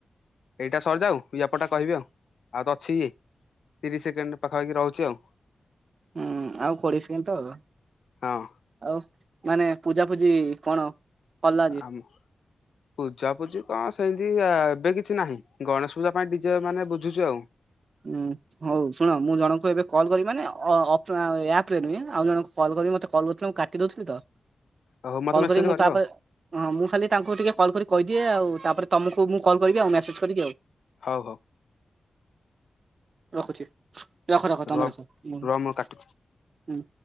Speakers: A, on the left; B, on the right.
A: ଏଇଟା ସରିଯାଉ ଇୟାପରଟା କହିବି ଆଉ ଆଉ ତ ଅଛି ଇଏ ତିରିଶ ସେକେଣ୍ଡ। ପାଖାପାଖି ରହୁଛି ଆଉ।
B: ହୁଁ ଆଉ କୋଡିଏ ସେକେଣ୍ଡ ତ
A: ହଁ
B: ଆଉ ମାନେ ପୂଜା ଫୂଜି କଣ? କଲା ଯେ
A: ଆମ ପୂଜା ପୂଜି କଣ ସେମିତି ଏବେ କିଛି ନାହିଁ ଗଣେଶ ପୂଜା ପାଇଁ ଡିଜେ ମାନେ ବୁଝୁଛୁ ଆଉ।
B: ହଁ ହଉ ଶୁଣ ମୁଁ ଜଣଙ୍କୁ ଏବେ କଲ୍ କରିବି ମାନେ ଆପ ରେ ନୁହେଁ ଆଉ ଜଣ କଲ୍ କରିବି ମତେ କଲ କରିଥିଲେ ମୁଁ କାଟି ଦଉଥିଲି ତ।
A: ହଉ ମତେ
B: କଲ୍
A: ମେସେଜ
B: କରି ମୁଁ
A: କରିବ
B: ତାପରେ
A: ଆଉ
B: ହଁ ମୁଁ ଖାଲି ତାଙ୍କୁ ଟିକେ କଲ୍ କରି କହିଦିଏ ଦିଏ ଆଉ ତାପରେ ତମକୁ ମୁଁ କଲ କରିବି ଆଉ ମେସେଜ କରିକି ଆଉ।
A: ହଉ ହଉ।
B: ରଖୁଛି। ରଖ ରଖ ତମେ
A: ରୁହ
B: ରଖ ହୁଁ।
A: ରୁହ ମୁଁ କାଟୁଛି।